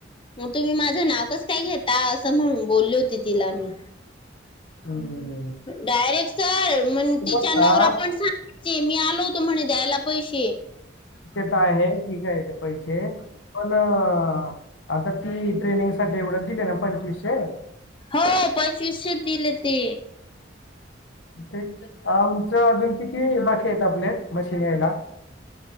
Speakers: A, on the left; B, on the left.
A: मग तुम्ही माझं नाव कसं काय घेता असं म्हणून बोलली होती तिला मी.
B: हम
A: डायरेक्ट सर मण तिच्या
B: आता
A: नवरा पण सांगाय ची मी आलो होतो म्हणे द्यायला पैसे.
B: ते तर आहे ठीक आहे ते पैसे पण अ हा, आता ती ट्रेनिंगसाठी एवढं दिले ना पंचवीसशे
A: हो पंचवीसशेच दिले ते.
B: ते आमचं अजून किती बाकी आहेत आपले मशीन यायला?